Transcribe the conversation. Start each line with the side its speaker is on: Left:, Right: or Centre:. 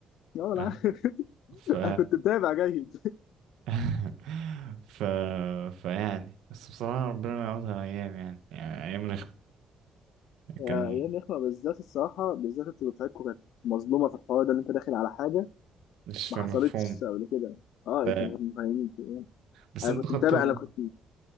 Left: اه انا
Right: آه،
Left: عارف. <laughs>
Right: ف
Left: انا كنت متابع جيد
Right: <laughs> ف فيعني بس بصراحه ربنا ما يعوضها ايام يعني يعني ايام رخمه
Left: آه،
Right: كان
Left: ايام يخمه بالذات الصراحه بالذات انتوا دفعتكم كانت مظلومه في الحوار ده اللي انت داخل على حاجه
Right: مش
Left: ما
Right: مفهوم
Left: حصلتش قبل كده اه
Right: ف...
Left: انت ما كنتش فاهمين يعني.
Right: بس
Left: انا
Right: انتوا
Left: كنت
Right: خدتوا
Left: متابع انا كنت